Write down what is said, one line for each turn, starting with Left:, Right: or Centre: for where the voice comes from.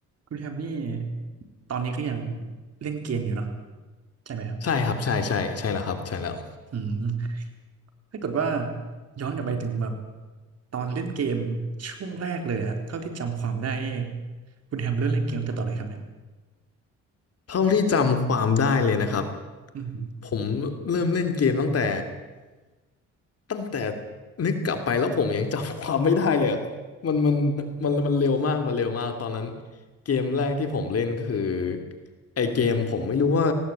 Right: คุณแฮมนี่ตอนนี้ก็ยังเล่นเกมอยู่เนาะใช่ไหมครับ
Left: ใช่ครับใช่ใช่ใช่แล้วครับใช่แล้ว
Right: อืมถ้าเกิดว่าย้อนกลับไปถึงแบบตอนเล่นเกมช่วงแรกเลยอะเท่าที่จำความได้นี่คุณแฮมเริ่มเล่นเกมตั้งแต่ตอนไหนครับเนี่ย
Left: เท่าที่จำความได้เลยนะครับ
Right: อืม
Left: ผมเริ่มเล่นเกมตั้งแต่ตั้งแต่นึกกลับไปแล้วผมยังจำความไม่ได้เลยอะมันมันมันมันเร็วมากมันเร็วมากตอนนั้นเกมแรกที่ผมเล่นก็คือไอเกมผมไม่รู้ว่า
Right: <laughs>